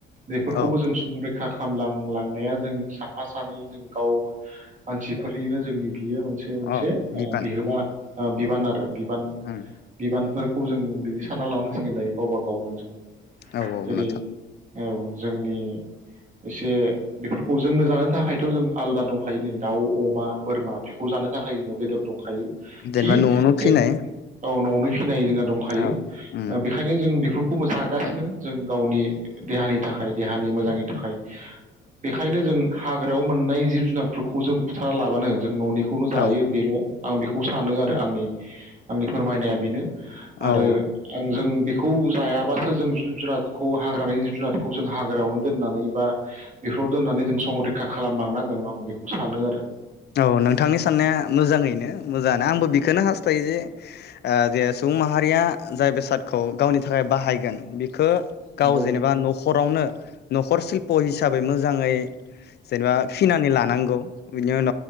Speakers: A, on the right; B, on the left.
A: बेफोरखौबो
B: आं औ
A: जों संरै खा खामलांलांनाया जों साफा सानै जों गाव मानसिफोरनिनो जोंनि बियो मोनसे मोनसे
B: अ बिबान
A: बिहोमा ओ बिबान आरो बिबान
B: उम
A: बिबानफोर खौ जों बिदि सानना लानांसिगोन दायो गावबा गावनो जों
B: औ औ
A: जेरै
B: नोंथां
A: औ जोंनि एसे बेफोरखौ जोंनो जानो थाखायथ जों आलदा दं फाय नो दाउ अमा बोरमा बेखौ जानो थाखाय जोनियाव बेदर दंखायो
B: जेनेबा
A: खि
B: न'आवनो फिनाय
A: जों गावनावनो फिनाय रोङा दंखायो
B: औ उम
A: ओ बेखायनो जों बेफोरखौ खौबो जागासिनो जों गावनि देहानि थाखाय देहानि मोजांनि थाखाय बेखायनो जों हाग्रायाव मोननाय जिब जुनार फोरखौ जों बुथारा लाबानो जों ननि खौनो जायो
B: औ
A: बेल आं बेखौ सानो आरो आंनि आंनि फोरमायनाया बेनो आरो
B: औ
A: आंजों बे खौ जायाबासो जों जिब जुनारखौ हाग्रानि जिब जुनारखौ जों हाग्रायावनो दोननानै बा बेफोराव दोननानै जों संरैखा खालामलांनानै आं बेखौ बेखौ सानो आरो
B: औ नोंथांनि साननाया मोजाङैनो मोजाङानो आंबो बेखौनो हास्थायो जे जे सुबुं माहारिया जाय बेसादखौ गावनि थाखाय बाहायगोन बे खो
A: नंगौ
B: गाव जेनेबा नखरावनो नखर सिल्प हिसाबै मोजाङै जेनेबा फिनानै लानांगौ बिनो अ